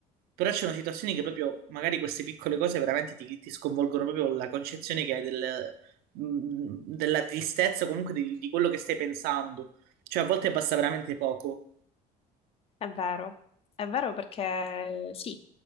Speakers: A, on the right; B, on the left.
A: però c'è una situazione che proprio magari queste piccole cose veramente ti, ti sconvolgono proprio la concezione che hai del- mh, della tristezza, comunque di, di quello che stai pensando. Cioè a volte basta veramente poco,
B: È vero, è vero perché sì,